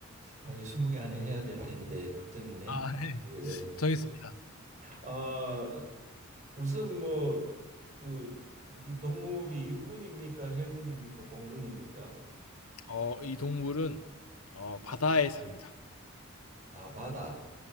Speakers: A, on the right (about 35°); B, on the left (about 85°).
A: 아, 이거 20개 안에 해야 될 텐데, 걱정이네.
B: 아, 네.
A: 예.
B: 정했습니다.
A: 아, 우선 뭐, 그, 이게 동물이 육군입니까? 해군입니까? 공군입니까?
B: 어, 이 동물은, 어, 바다에 삽니다.
A: 아, 바다.